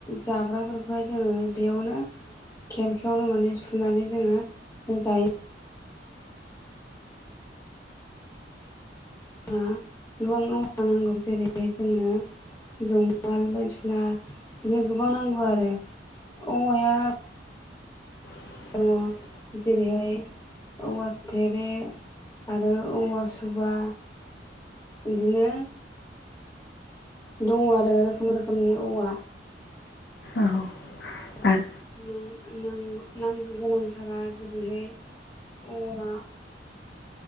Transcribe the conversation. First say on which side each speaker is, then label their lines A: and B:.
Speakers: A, on the left; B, on the left.
A: जाग्राफोरखौहाय जोङो बेयावनो। खेरखायावनो माने सुनानै जोङो जायो। जोंहा गोबां औवा नांगौ जेरै जोङो। जंगाल बायदिसिना बिदिनो गोबां नांगौ आरो औवाया
B: <inaudible>
A: दङ जेरैहाय औवा <unintelligible> आरो अवा सुबा इदिनो दङ आरो रोखोम रोखोमनि औवा।
B: औ।
A: <inaudible>
B: आरो
A: नांग गोनांथारा जेरैहाय औवा।